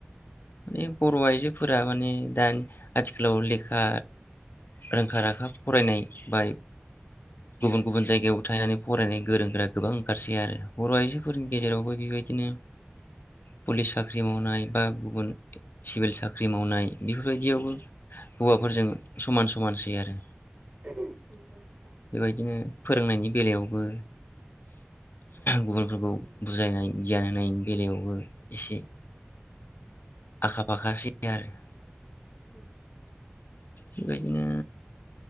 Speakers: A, on the left; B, on the right.
A: माने बर' आइजोफोरा माने दानि आथिखालाव लेखा रोंखा राखा फरायनाय बा गुबुन गुबुन जायगायाव थनानै फरायनाय गोरों गोरा गोबां ओंखारसै आरो बर आइजोफोरनि गेजेरावबो बेबायदिनो पुलिस साख्रि मावनाय बा गुबुन सिभिल साख्रि मावनाय बेफोरबायदियावबो
B: उम
A: हौवाफोरजों समान सम समानसै आरो।
B: <unintelligible> नंगौ नोंथां
A: बेबायदिनो फोरोंनायनि बेलायावबो गुबुनफोरखौ बुजायनाय गियान होनायनि बेलायावबो एसे आखा फाखासै आरो।
B: होम।
A: बेबायदिनो